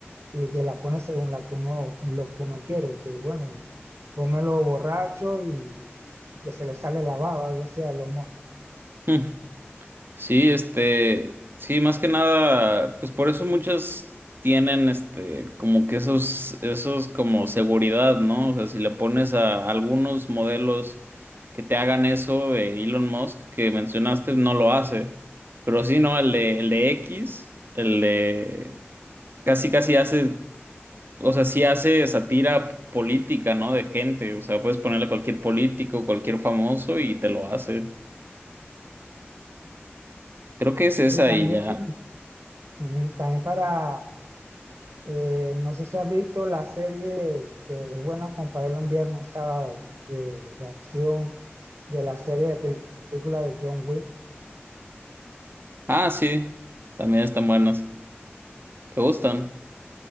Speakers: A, on the right; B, on the right.
A: y te la pone según la que uno, lo que uno quiere, que bueno, pónmelo borracho y y que se le sale la baba, algo así de los mozos.
B: Hmm. Sí, este, sí, más que nada, pues por eso muchos tienen, este, como que esos, esos como seguridad, ¿no? O sea, si le pones a algunos modelos que te hagan eso de Elon Musk que mencionaste, no lo hace. Pero sí, ¿no? El de, el de X, el de, casi, casi hace O sea, sí hace sátira política, ¿no? De gente. O sea, puedes ponerle a cualquier político, cualquier famoso y te lo hace. Creo que es esa
A: Y también,
B: y ya.
A: ujú, también para, eh, no sé si has visto la serie que es buena como para verla un viernes, un sábado, de, de acción, de la serie de pel- película de John Wick.
B: Ah, sí. También están buenas. ¿Te gustan?